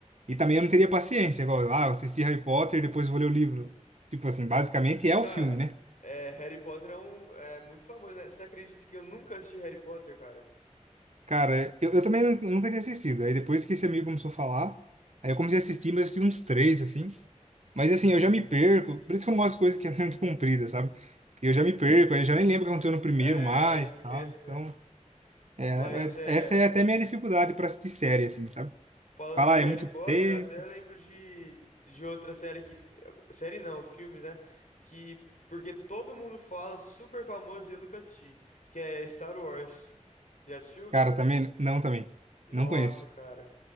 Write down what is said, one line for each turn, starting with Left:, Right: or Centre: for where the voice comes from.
Right: E também eu não teria paciência, igual, ah, eu assisti Harry Potter e depois vou ler o livro. Tipo assim, basicamente
Left: E
Right: é
Left: cara,
Right: o filme, né?
Left: é, Harry Potter é um é muito famoso, né? Você acredita que eu nunca assisti Harry Potter, cara?
Right: Cara, é- eu, eu também nu- nunca tinha assistido. Aí depois que esse amigo começou a falar, aí eu comecei a assistir, mas eu assisti uns três, assim. Mas assim, eu já me perco. Por isso que eu não gosto de coisa que é <laughs> muito comprida, sabe? Porque eu já me perco, aí eu já nem lembro o que aconteceu no primeiro
Left: É,
Right: mais,
Left: aí esquece,
Right: tá? Então.
Left: né?
Right: É,
Left: Mas
Right: é,
Left: é,
Right: Essa é até minha dificuldade pra assistir série, assim, sabe?
Left: Falando
Right: Falar,
Left: de
Right: ah,
Left: Harry
Right: é muito
Left: Potter,
Right: T.
Left: eu até lembro de, de outra série que. que- Série não, filmes, né? Que. Porque todo mundo fala, super famoso e eu nunca assisti. Que é Star Wars. Já assistiu?
Right: Cara, também? Não, também.
Left: Nossa,
Right: Não conheço.
Left: cara.